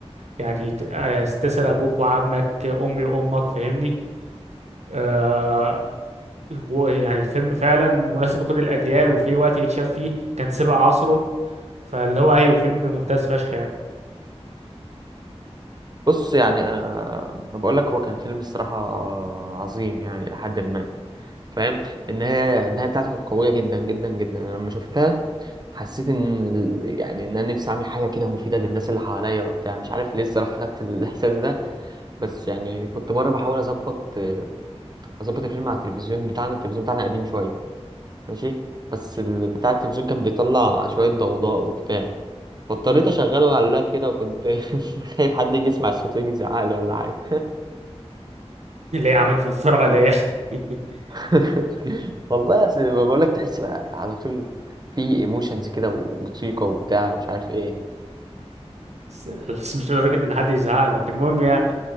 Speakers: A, on the right (about 85°); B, on the right (about 40°).
A: يعني ت- آه، تسأل أبوك وعمك أمي وأمك فاهمني آه، هو يعني الفيلم فعلا مناسب لكل الأجيال وفي وقت يتشاف فيه كان سابق عصره فاللي هو أيوه فيلم ممتاز فشخ يعني
B: بص يعني انا ما بقول لك هو كان فيلم الصراحه عظيم يعني لحد ما فاهم النهايه النهايه بتاعته كانت قويه جدا جدا جدا انا لما شفتها حسيت ان ال- يعني ان انا نفسي اعمل حاجه كده مفيده للناس اللي حواليا وبتاع مش عارف ليه الصراحه خدت الاحساس ده بس يعني كنت مره بحاول اظبط آه، اظبط الفيلم على التلفزيون بتاعنا التلفزيون بتاعنا قديم شويه ماشي بس ال- بتاع التلفزيون كان بيطلع شوية ضوضاء وبتاع فاضطريت
A: مم.
B: أشغله على اللاب كده وكنت <laughs> خايف حد يجي يسمع الصوت ويجي يزعق لي ولا حاجة
A: اللي هي عملت تتفرج عليا <laughs>
B: <laughs> والله أصل بقول لك تحس بقى على طول في ايموشنز كده وموسيقى وبتاع ومش عارف ايه
A: بس بس مش لدرجة إن حد يزهق لك المهم يعني